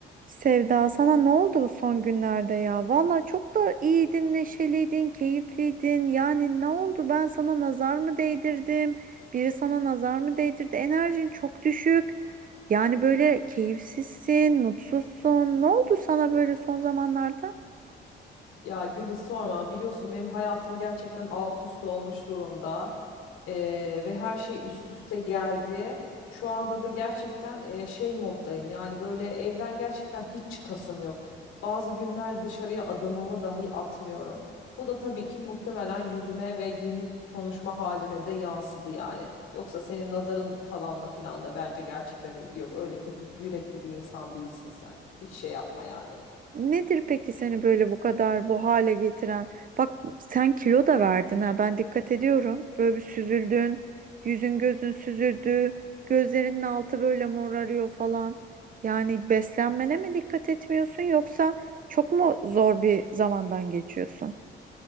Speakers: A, on the right; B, on the left.
A: Sevda sana ne oldu bu son günlerde ya? Valla çok da iyiydin, neşeliydin, keyifliydin. Yani ne oldu? Ben sana nazar mı değdirdim? Biri sana nazar mı değdirdi? Enerjin çok düşük. Yani böyle keyifsizsin, mutsuzsun. Ne oldu sana böyle son zamanlarda?
B: Ya Güliz sorma biliyorsun benim hayatım gerçekten alt üst olmuş durumda Ee, ve her şey üst üste geldi. Şu anda da gerçekten e, şey moddayım yani böyle evden gerçekten hiç çıkasım yok. Bazı günler dışarıya adımımı dahi atmıyorum. Bu da tabii ki muhtemelen yüzüme ve günlük konuşma halime de yansıdı yani. Yoksa senin nazarın falanla filanla bence gerçekten ilgi yok. Öyle kötü yürekli bir insan değilsin sen. Hiç şey yapma yani.
A: Nedir peki seni böyle bu kadar bu hale getiren? Bak sen kilo da verdin ha ben dikkat ediyorum. Böyle bir süzüldün, yüzün gözün süzüldü, gözlerinin altı böyle morarıyor falan. Yani beslenmene mi dikkat etmiyorsun yoksa çok mu zor bir zamandan geçiyorsun?